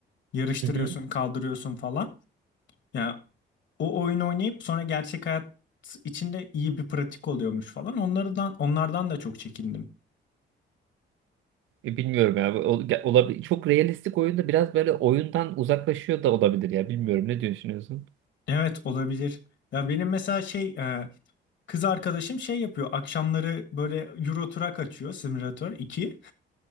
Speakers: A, on the left (about 65°); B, on the right (about 75°).
A: yarıştırıyorsun,
B: Hı hı.
A: kaldırıyorsun falan. Ya o oyun oynayıp sonra gerçek hayat içinde iyi bir pratik oluyormuş falan. Onlardan onlardan da çok çekindim.
B: E, Bilmiyorum ya. Olabilir. Çok realistik oyunda biraz böyle oyundan uzaklaşıyor da olabilir ya. Bilmiyorum ne düşünüyorsun?
A: Evet olabilir. Ya benim mesela şey e, kız arkadaşım şey yapıyor. Akşamları böyle Euro Truck açıyor, Simulator 2.